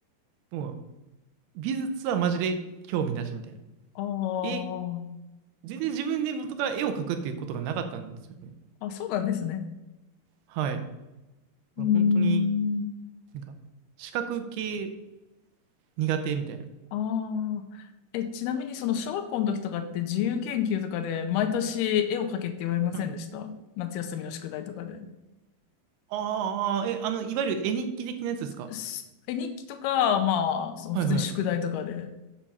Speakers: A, on the right (about 80°); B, on the left (about 80°).
A: もう、美術はマジで興味なしみたいな。
B: あー
A: 絵、全然自分で元から絵を描くっていうことがなかったんですよね。
B: あ、そうなんですね。
A: はい。これ本当に、
B: うーん。
A: なんか、視覚系苦手みたいな。
B: ああ。え、ちなみにその小学校の時とかって自由研究とかで毎年絵を描けって言われませんでした夏休みの宿題とかで。
A: はい。ああ、え、あの、いわゆる絵日記的なやつですか
B: すえ、日記とか、まあ、その普通に宿題とかで。
A: はいはい。うん